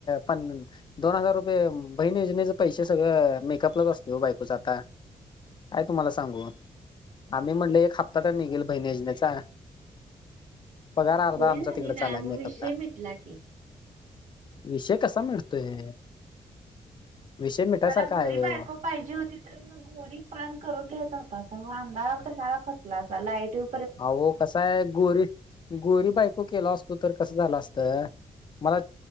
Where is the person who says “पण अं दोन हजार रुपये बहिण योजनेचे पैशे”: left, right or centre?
Left